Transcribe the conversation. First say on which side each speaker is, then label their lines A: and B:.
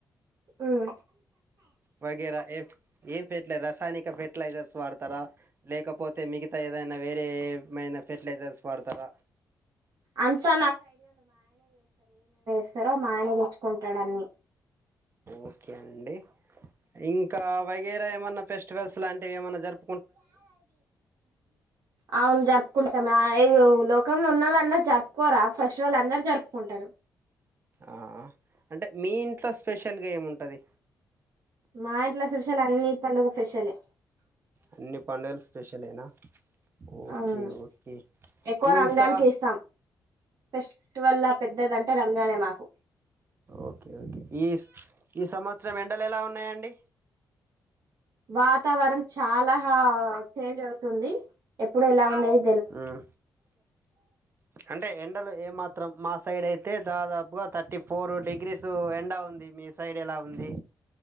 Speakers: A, on the right; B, on the right.
A: ఉమ్
B: వగేర ఏ ఏం ఫర్ రసాయనిక ఫర్టిలైజర్స్ వాడతారా లేకపోతే మిగతా ఏదైనా వేరే ఏమైనా ఫర్టిలైజర్స్ వాడతరా
A: అంతా స్తర మా ఆయన తెచ్చుకుంటారన్ని
B: ఒకే అండి ఇంకా వగేర ఏమన్న ఫెస్టివల్స్ లాం టె ఏమన్న జరుప్
A: అవును జర్ రుకుంటాం అ ఇగ లోకంలో ఉన్నల్లో అందరు జరుపుకోరా ఫెస్టివెల్ అందరు జరుపుకుంటరు
B: ఆ ఆ అంటే మీ ఇంట్లో స్పెషల్గా ఏముంటది
A: మా ఇంట్లో స్పెషల్ అన్ని పండుగ స్పెషలే
B: అన్ని పడుగలు స్పెషల్యినా ఒకే
A: ఉమ్,
B: ఒకే
A: ఎక్కువ
B: ఇంకా
A: రంజాన్ కి ఇస్తాం ఫెస్టివల్ లా పెద్దదంటే రంజానే మాకు
B: ఒకే ఒకే ఈ ఈ సంవత్సర రం ఎండల్ ఎలా ఉన్నాయండి
A: వాతావరణ చాలా హా చేంజ్ అవుతుంది ఎప్పుడు లా లేద్
B: హ్మ్ అంటే ఎం ఎండలు ఏమాత్రం మా సైడ్ అయితే దాదాపుగా థర్టీ ఫోర్ డిగ్రీస్ ఎండ ఉంది మీ సైడ్ ఎలా ఉంది